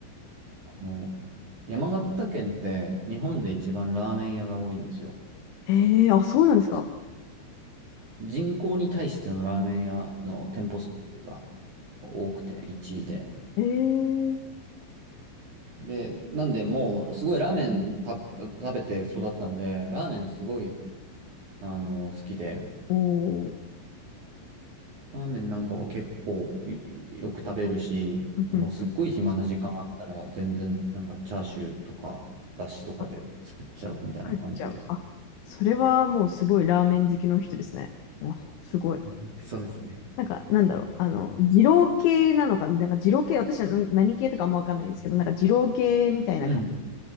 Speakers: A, on the right (about 45°); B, on the left (about 75°).
A: あの、山形県って日本で一番ラーメン屋が多いんですよ。
B: ええー、あ、そうなんですか。
A: そ人口に対してのラーメン屋の店舗数が多くて1位で。
B: ええー、
A: で、なんでもうすごいラーメンた食べて育ったんで、ラーメンすごいあの好きで、
B: おー、
A: ラーメンなんかは結構いよく食べるし、
B: うんうんうん
A: もうすっごい暇な時間あったら全然なんかチャーシューとかだしとかで作っちゃうみたいな感じです。
B: あ、作っちゃう。あ、それはもうすごいラーメン好きの人ですね。あ、すごい。
A: <laughs> そうですね。
B: なんか、なんだろう、あの、二郎系なのか、なんか二郎系、私はん何系とかあんまわかんないんですけど、なんか二郎系みたいなか、
A: うん。